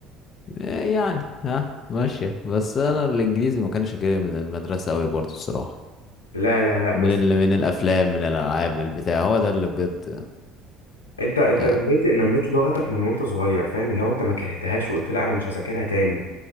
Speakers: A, on the left; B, on the left.
A: إيه يعني ها ماشيه بس انا الانجليزي ما كانش جاي من المدرسه قوي برضه الصراحه
B: لا لا لا
A: من
B: بس
A: ال... من الافلام من الالعاب من البتاع هو ده اللي بجد
B: انت انت
A: يعني
B: نميت نميت لغتك من وانت صغير فاهم اللي هو انت ما كرهتهاش وقلت لا انا مش هذاكرها تاني